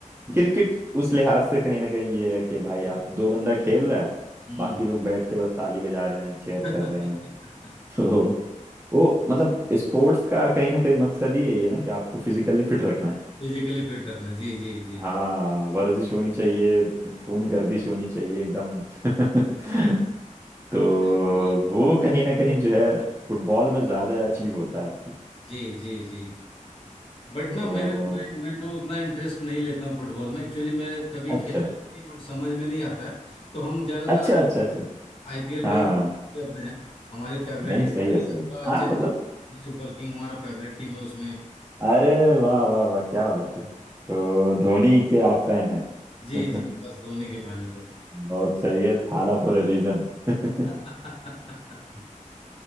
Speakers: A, on the right; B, on the left.
A: क्रिकेट उस लिहाज से कहीं ना कहीं ये है कि भाई आप दो बंदा खेल रहा है
B: हम्म
A: बाकी लोग बैठ के बस ताली बजा रहे हैं चेयर
B: <laughs>
A: कर रहे हैं <laughs> तो वो मतलब स्पोर्ट्स का कहीं ना कहीं मकसद ही यही है ना कि आपको फिजिकली फिट रखना है
B: फिजिकली फिट रखना जी जी जी
A: हाँ वर्जिश होनी चाहिए खून गर्दिश होनी चाहिए एकदम <laughs> तो
B: आईपीएल
A: वो कहीं ना कहीं जो है फुटबॉल में ज्यादा अचीव होता है
B: जी जी जी बट
A: तो
B: ना मेरे मैं मैं तो उतना इंटरेस्ट नहीं लेता हूँ फुटबॉल में एक्चुअली मैं कभी
A: अच्छा
B: खेला भी नहीं और समझ में नहीं आता है तो हम ज्यादातर
A: अच्छा अच्छा अच्छा
B: आईपीएल
A: हाँ
B: पे ही करते हैं हमारी फेवरेट
A: नहीं
B: टीम
A: सही
B: भी
A: है सही
B: आपका
A: है हाँ
B: चेन्नई
A: मतलब
B: चेन्नई सुपर किंग हमारा फेवरेट टीम है उसमें
A: अरे वाह वाह वाह क्या बात है तो धोनी के आप फैन हैं
B: जी जी
A: <laughs>
B: बस धोनी के फैन है सर
A: बहुत सही है थाला फॉर अ रीजन <laughs>
B: <laughs>